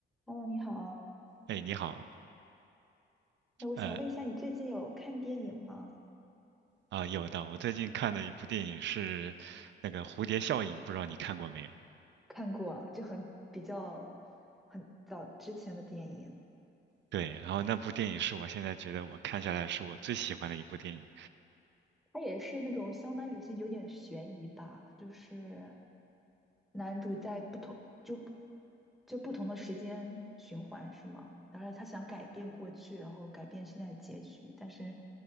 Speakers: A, in the centre; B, on the right (about 65°).
A: Hello，你好。
B: 哎，你好，
A: 那我想问一下，
B: 呃
A: 你最近有看电影吗？
B: 啊，有的，我最近看的一部电影是那个《蝴蝶效应》，不知道你看过没有？
A: 看过，就很比较很早之前的电影，
B: 对，然后那部电影是我现在觉得我看下来是我最喜欢的一部电影。
A: 它也是那种相当于是有点悬疑吧，就是男主在不同就不就不同的时间循环是吗？当然后他想改变过去，然后改变现在的结局，但是